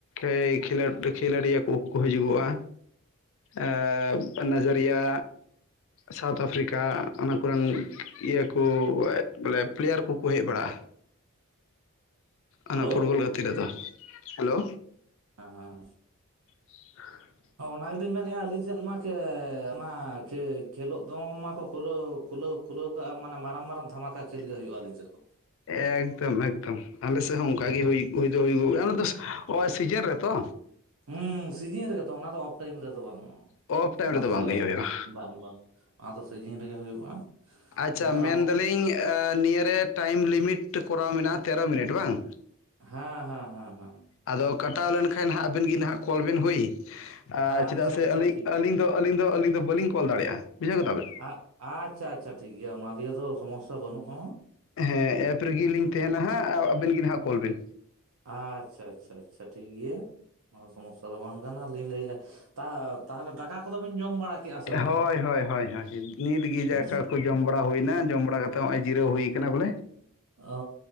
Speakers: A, on the left (about 60°); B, on the right (about 70°).
A: ᱮᱻ ᱠᱷᱮᱞᱳᱸᱰ ᱠᱷᱮᱞᱳᱰᱤᱭᱟᱹ ᱠᱚᱠᱚ ᱦᱤᱡᱩᱜᱚᱜ-ᱟ᱾ ᱮᱸᱜ, ᱱᱟᱡᱟᱨᱤᱭᱟ ᱥᱟᱣᱩᱛᱷ ᱟᱯᱷᱨᱤᱠᱟ ᱚᱱᱟ ᱠᱚᱨᱮᱱ ᱤᱭᱟᱹ ᱠᱚ ᱵᱚᱞᱮ ᱯᱞᱮᱭᱟᱨ ᱠᱚᱠᱚ ᱦᱮᱡ ᱵᱟᱲᱟᱜ-ᱟ᱾ ᱚᱱᱟ
B: ᱦᱮᱞᱳ
A: ᱯᱷᱩᱴᱵᱚᱞ ᱜᱟᱛᱮ ᱨᱮᱫᱚ, ᱦᱮᱞᱳ᱾
B: ᱦᱟᱸᱻ
A: <inaudible>
B: ᱚᱱᱟ ᱜᱮᱞᱤᱧ ᱢᱮᱱᱮᱫᱼᱟ ᱟᱹᱞᱤᱧ ᱥᱮᱫ ᱢᱟ ᱠᱷᱮ ᱚᱱᱟ ᱠᱷᱮ ᱠᱷᱮᱞᱳᱜ ᱫᱚ ᱢᱟᱠᱚ ᱠᱷᱩᱞᱟᱹᱣ ᱠᱷᱩᱞᱟᱹᱣ ᱠᱷᱩᱞᱟᱹᱣᱟᱜᱼᱟ ᱢᱟᱱᱮ ᱢᱟᱨᱟᱝ ᱢᱟᱨᱟᱝ ᱫᱷᱟᱢᱟᱠᱟ ᱠᱷᱮᱞ ᱜᱮ ᱦᱩᱭᱩᱜᱼᱟᱞᱤᱧ ᱥᱮᱫ ᱫᱚ᱾
A: ᱮᱠᱫᱚᱢ ᱮᱠᱫᱚᱢ ᱟᱞᱮ ᱥᱮᱫ ᱦᱚᱸ ᱚᱝᱠᱟᱜ ᱜᱮ ᱦᱩᱭ ᱦᱩᱭ ᱫᱚ ᱦᱩᱭᱩᱜᱚᱜ ᱜᱮᱭᱟ ᱚᱱᱟ ᱫᱚ ᱚ ᱥᱤᱡᱮᱱ ᱨᱮᱛᱚ?
B: ᱦᱩᱸ ᱥᱤᱡᱤᱱ ᱨᱮᱜᱮ ᱛᱚ ᱚᱱᱟ ᱫᱚ ᱚᱯᱷ ᱴᱟᱭᱤᱢ ᱨᱮᱫᱚ ᱵᱟᱝᱼᱟ
A: ᱚᱯᱷ ᱴᱟᱭᱤᱢ
B: ᱚᱱᱟ
A: ᱨᱮᱫᱚ
B: ᱫᱚ
A: ᱵᱟᱝ ᱜᱮ ᱦᱩᱭᱩᱜᱼᱟ
B: ᱵᱟᱝ ᱵᱟᱝ᱾ ᱚᱱᱟᱫᱚ ᱥᱤᱡᱤᱱ ᱨᱮᱜᱮ ᱦᱩᱭᱩᱜᱼᱟ᱾
A: ᱟᱪᱪᱷᱟ
B: ᱢᱚᱴᱟ
A: ᱢᱮᱱᱫᱟᱞᱤᱧ ᱟ ᱱᱤᱭᱟᱹᱨᱮ ᱴᱟᱭᱤᱢ ᱞᱤᱢᱤᱴ ᱠᱚᱨᱟᱣ ᱢᱮᱱᱟᱜᱼᱟ ᱛᱮᱨᱚ ᱢᱤᱱᱤᱴ ᱵᱟᱝ?
B: ᱦᱮᱸ ᱦᱮᱸ ᱦᱮᱸ ᱦᱮᱸ᱾
A: ᱟᱫᱚ ᱠᱟᱴᱟᱣ ᱞᱮᱱᱠᱷᱟᱱ ᱦᱟᱸᱜ ᱟᱵᱮᱱ ᱜᱮ ᱱᱟᱦᱟᱸᱜ ᱠᱚᱞ ᱵᱮᱱ ᱦᱳᱭ, ᱟ
B: ᱟᱪᱪᱷᱟ
A: ᱪᱮᱫᱟᱜ ᱥᱮ
B: ᱟᱪᱪᱷᱟ
A: ᱟᱹᱞᱤᱧ
B: ᱴᱷᱤᱠ ᱜᱮᱭᱟ
A: ᱟᱹᱞᱤᱧ ᱫᱚ ᱟᱹᱞᱤᱧ ᱫᱚ ᱟᱹᱞᱤᱧ ᱫᱚ ᱵᱟᱞᱤᱧ ᱠᱚᱞᱟᱲᱭᱟᱜᱼᱟ ᱵᱩᱡᱷᱟᱹᱣ ᱠᱮᱫᱟᱚᱵᱮᱱ᱾
B: ᱟᱜ ᱟᱪᱪᱷᱟ ᱟᱪᱪᱷᱟ ᱴᱷᱤᱠ ᱜᱮᱭᱟ ᱚᱱᱟᱞᱤᱭᱮ ᱫᱚ ᱥᱚᱢᱚᱥᱥᱟ ᱵᱟᱹᱱᱩᱜᱼᱟ᱾
A: ᱦᱮᱸ ᱮᱯ ᱨᱮᱜ ᱞᱤᱧ ᱛᱟᱦᱮᱸᱱᱟ ᱦᱟᱸᱜ ᱟᱵᱮᱱ ᱜᱮ ᱱᱟᱦᱟᱸᱜ ᱠᱚᱞ ᱵᱤᱱ᱾
B: ᱟᱪᱪᱷᱟ ᱪᱷᱟ ᱪᱷᱟ ᱴᱷᱤᱠ ᱜᱮᱭᱟ᱾ ᱚᱱᱟ ᱫᱚ ᱥᱚᱢᱚᱥᱥᱟ ᱫᱚ ᱵᱟᱝ ᱠᱟᱱᱟ ᱞᱤᱧ ᱞᱟᱹᱭᱮᱫᱼᱟ ᱛᱟ ᱛᱟᱦᱚᱞᱮ ᱫᱟᱠᱟ ᱠᱚᱫᱚᱵᱤᱱ ᱡᱚᱢ ᱵᱟᱲᱟ ᱠᱮᱜᱼᱟ ᱥᱮ ᱵᱟᱝ
A: ᱦᱳᱭ ᱦᱳᱭ ᱦᱳᱭ ᱦᱳᱭ ᱱᱤᱛᱜᱮ
B: ᱚ
A: ᱫᱟᱠᱟ ᱠᱚ ᱡᱚᱢ ᱵᱟᱲᱟ ᱦᱩᱭᱱᱟ ᱡᱚᱢ ᱵᱟᱲᱟ ᱠᱟ ᱛᱚ ᱱᱚᱸᱜᱼᱚᱭ ᱡᱤᱨᱟᱹᱣ ᱦᱩᱭ ᱠᱟᱱᱟ ᱵᱚᱞᱮ᱾
B: ᱚᱻ